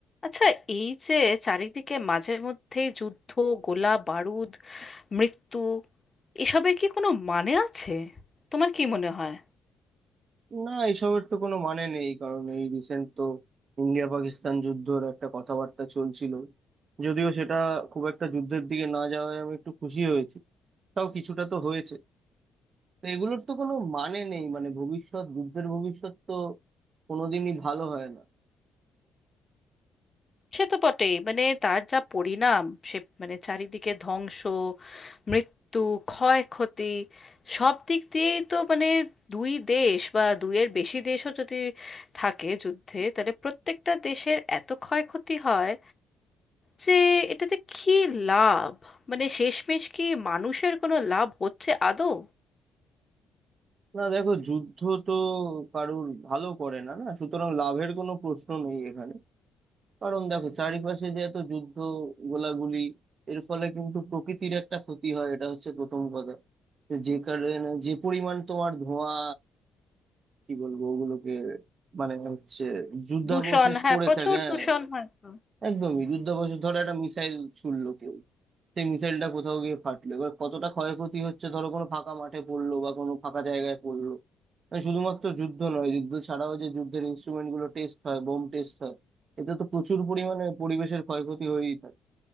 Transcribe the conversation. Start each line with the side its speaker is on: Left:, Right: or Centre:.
Left: আচ্ছা এই যে চারিদিকে মাঝে মধ্যে যুদ্ধ গোলা বারুদ মৃত্যু এসবের কি কোনো মানে আছে তোমার কি মনে হয়
Right: না এসবের তো কোনো মানে নেই কারণ এই রিসেন্ট তো ইন্ডিয়া পাকিস্তান যুদ্ধর একটা কথাবার্তা চলছিল যদিও সেটা খুব একটা যুদ্ধের দিকে না যাওয়ায় আমি একটু খুশি হয়েছি তাও কিছুটা তো হয়েছে তো এগুলোর তো কোনো মানে নেই মানে ভবিষ্যৎ যুদ্ধের ভবিষ্যৎ তো কোনোদিনই ভালো হয় না
Left: সে তো বটেই মানে তার যা পরিণাম সে মানে চারিদিকে ধ্বংস মৃত্যু ক্ষয়ক্ষতি সব দিক দিয়েই তো মানে দুই দেশ বা দুইয়ের বেশি দেশও যদি থাকে যুদ্ধে তাহলে প্রত্যেকটা দেশের এত ক্ষয়ক্ষতি হয় যে এটাতে কি লাভ মানে শেষমেশ কি মানুষের কোনো লাভ হচ্ছে আদৌ
Right: না দেখো যুদ্ধ তো কারুর ভালো করে না না সুতরাং লাভের কোনো প্রশ্ন নেই এখানে কারণ দেখো চারিপাশে যে এত যুদ্ধ গোলাগুলি এর ফলে কিন্তু প্রকৃতির একটা ক্ষতি হয় এটা হচ্ছে প্রথম কথা তো যে কারণে যে পরিমাণ তোমার ধোঁয়া কি বলবো ওগুলোকে মানে হচ্ছে যুদ্ধাবশেষ
Left: দূষণ হ্যাঁ
Right: পড়ে
Left: প্রচুর
Right: থাকে হ্যাঁ
Left: দূষণ হয় তো
Right: একদমই যুদ্ধাভ্যাস ধরো একটা মিসাইল ছুড়লো কেউ সেই মিসাইলটা কোথাও গিয়ে ফাটলো এবার কতটা ক্ষয়ক্ষতি হচ্ছে ধরো কোনো ফাঁকা মাঠে পড়লো বা কোনো ফাঁকা জায়গায় পড়লো মানে শুধুমাত্র যুদ্ধ নয় যুদ্ধ ছাড়াও যে যুদ্ধের ইনস্ট্রুমেন্ট গুলো টেস্ট হয় বোম টেস্ট হয় এতে তো প্রচুর পরিমাণে পরিবেশের ক্ষয়ক্ষতি হয়েই থাকে